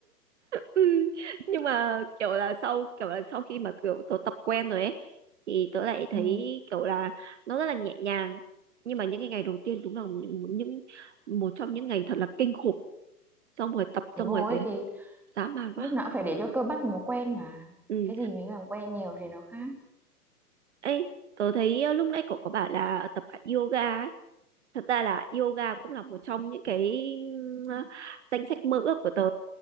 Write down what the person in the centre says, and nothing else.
ừ,
đúng
rồi
thì
lúc nào cũng phải để cho cơ bắp nó quen mà
cái gì mình làm quen nhiều thì nó khác